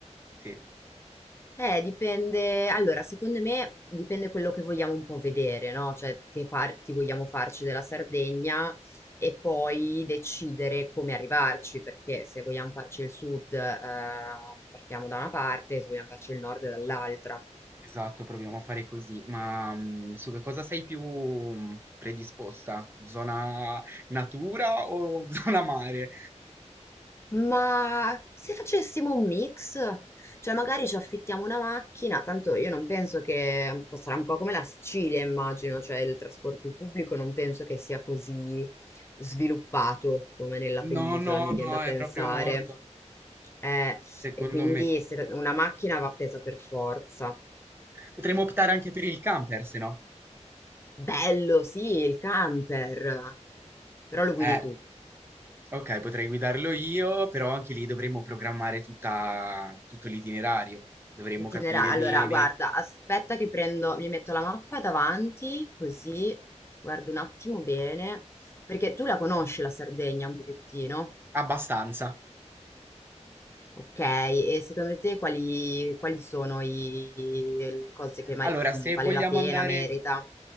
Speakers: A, on the right (about 20°); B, on the left (about 20°).
A: sì,
B: Eh, dipende. Allora, secondo me dipende quello che vogliamo un po' vedere, no? Cioè, che parti vogliamo farci della Sardegna e poi decidere come arrivarci, perché se vogliamo farci il sud, eh, partiamo da una parte, se vogliamo farci il nord dall'altra.
A: esatto, proviamo a fare così. Ma mm, su che cosa sei più mm, predisposta? Zona natura o <laughs> zona mare?
B: Ma se facessimo un mix, cioè magari ci affittiamo una macchina, tanto io non penso che un po' sarà un po' come la Sicilia, immagino, cioè il trasporto pubblico non penso che sia così sviluppato come nella
A: No,
B: penisola,
A: no,
B: mi
A: no,
B: viene da
A: è
B: pensare.
A: proprio morto,
B: Eh,
A: secondo
B: e quindi
A: me.
B: se- una macchina va presa per forza.
A: Potremmo optare anche per il camper, se no.
B: Bello, sì, il camper, però lo guidi
A: Eh,
B: tu.
A: ok, potrei guidarlo io, però anche lì dovremmo programmare tutta- tutto l'itinerario, dovremmo
B: Itinerario.
A: capire
B: Allora,
A: bene
B: guarda, aspetta che prendo, mi metto la mappa davanti, così guardo un attimo bene, perché tu la conosci la Sardegna un pochettino.
A: abbastanza.
B: Ok, e secondo te quali, quali sono i- le cose che mari-
A: Allora,
B: mh,
A: se
B: vale
A: vogliamo
B: la pena,
A: andare
B: merita?